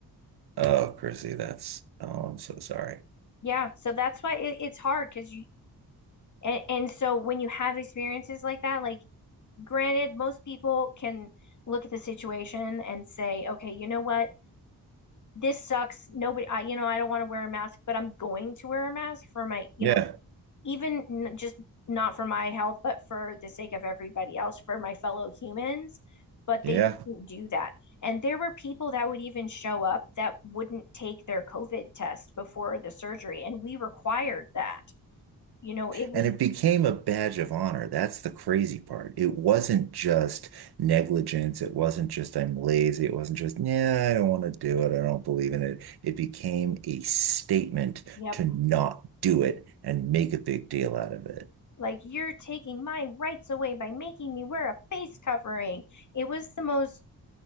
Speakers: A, on the right (about 85°); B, on the left (about 50°).
A: Oh, Chrissy, that's oh, I'm so sorry.
B: Yeah. So that's why it, it's hard because you and, and so when you have experiences like that, like Granted, most people can look at the situation and say, okay, you know what? This sucks. Nobody, I, you know, I don't want to wear a mask, but I'm going to wear a mask for my, you
A: Yeah.
B: know, even n- just not for my health, but for the sake of everybody else, for my fellow humans. But
A: Yeah.
B: they didn't do that. And there were people that would even show up that wouldn't take their COVID test before the surgery. And we required that. You know, it was,
A: And it became a badge of honor. That's the crazy part. It wasn't just negligence. It wasn't just I'm lazy. It wasn't just, yeah, I don't want to do it. I don't believe in it. It became a statement
B: yep.
A: to not do it and make a big deal out of it.
B: Like, you're taking my rights away by making me wear a face covering. It was the most